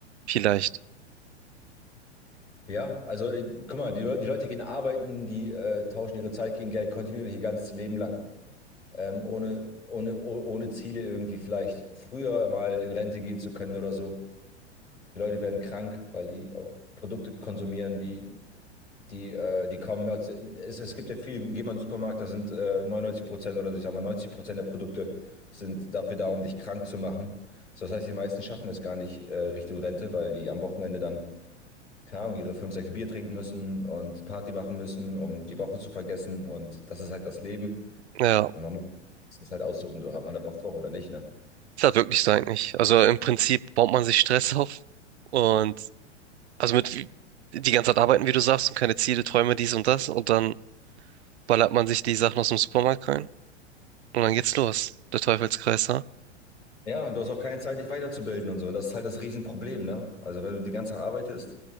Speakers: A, on the right; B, on the left.
A: vielleicht.
B: Ja, also äh, guck mal, die, Le- die Leute gehen arbeiten, die äh, tauschen ihre Zeit gegen Geld kontinuierlich ihr ganzes Leben lang, ähm, ohne, ohne, oh- ohne Ziele irgendwie vielleicht früher mal in Rente gehen zu können oder so. Die Leute werden krank, weil die auch Produkte konsumieren, die, die, äh, die kommen. aus- Es, es gibt ja viel, geh mal in den Supermarkt, da sind äh, 99 Prozent oder ich sag mal 90 Prozent der Produkte sind dafür da, um dich krank zu machen. So, das heißt, die meisten schaffen es gar nicht äh, Richtung Rente, weil die am Wochenende dann, keine Ahnung, ihre 5, 6 Bier trinken müssen und Party machen müssen, um die Woche zu vergessen. Und das ist halt das Leben.
A: Ja,
B: Und man muss das halt aussuchen, so hat man da Bock drauf oder nicht, ne?
A: ist halt wirklich so eigentlich. Also im Prinzip baut man sich Stress auf und also mit die ganze Zeit arbeiten, wie du sagst, und keine Ziele, Träume, dies und das und dann ballert man sich die Sachen aus dem Supermarkt rein. Und dann geht's los, der Teufelskreis, ne?
B: Ja, und du hast auch keine Zeit, dich weiterzubilden und so. Und das ist halt das Riesenproblem, ne? Also wenn du die ganze Zeit arbeitest,